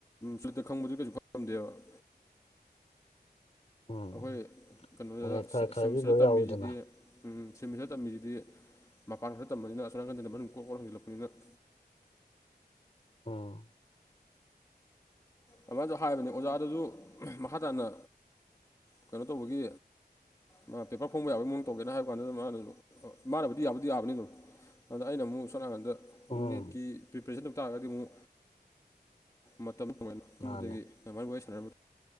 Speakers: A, on the left; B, on the left.
A: ꯁꯨꯠꯇ ꯈꯪꯕꯗꯨꯗꯤ ꯀꯩꯁꯨ ꯈꯪꯗꯦꯕ <inaudible>
B: ꯎꯝ
A: ꯑꯈꯣꯏ ꯀꯩꯅꯣꯗ
B: ꯑꯗꯩ ꯈꯔ ꯈꯔꯗꯤ
A: ꯁꯦꯃꯤꯁꯇ꯭ꯔꯗ
B: ꯂꯣꯏ
A: ꯇꯝꯃꯤꯁꯤꯗꯤ
B: ꯌꯥꯎꯋꯤꯗꯅ
A: ꯎꯝ ꯁꯤꯝꯃꯤꯗ ꯇꯝꯃꯤꯁꯤꯗꯤ ꯃꯄꯥꯟꯈꯛꯇ ꯇꯝꯕꯅꯤꯅ ꯑꯁꯣꯝ ꯅꯥꯀꯟꯗꯗ ꯃꯅꯨꯡ ꯀꯣꯛ ꯀꯣꯛ ꯍꯪꯖꯤꯜꯂꯛꯄꯅꯤꯅ <inaudible>
B: ꯑꯣ
A: ꯑꯗꯨꯃꯥꯏꯅꯗ ꯍꯥꯏꯕꯅꯦ ꯑꯣꯖꯥꯗꯨꯁꯨ ꯃꯥꯈ ꯇꯥꯅ ꯀꯩꯅꯣ ꯇꯧꯕꯒꯤ ꯃꯥ ꯄꯦꯄꯔ ꯐꯣꯡꯕ ꯌꯥꯕꯒꯤ ꯃꯑꯣꯡ ꯇꯧꯒꯦꯔꯅ ꯍꯥꯏꯕ ꯋꯥꯅꯤ ꯃꯥꯅꯗꯨꯝ ꯃꯥꯅꯕꯨꯗꯤ ꯌꯥꯕꯨꯗꯤ ꯌꯥꯕꯅꯤ ꯑꯗꯨꯝ ꯑꯥꯗ ꯑꯩꯅ ꯃꯨꯛ ꯁꯣꯝ ꯅꯥꯀꯟꯗ
B: ꯎꯝ
A: ꯅꯦꯠꯀꯤ ꯄ꯭ꯔꯤꯄꯦꯔꯦꯁꯟ ꯇꯧ ꯇꯥꯔꯒꯗꯤ ꯑꯃꯨꯛ ꯃꯇꯝ ꯀꯣꯃꯥꯏꯅ ꯈꯟꯕꯗꯒꯤ
B: ꯃꯥꯅꯦ
A: ꯑꯃꯥꯏ ꯋꯥꯔꯤ ꯁꯥꯟꯅꯔ ꯃꯇꯨꯡ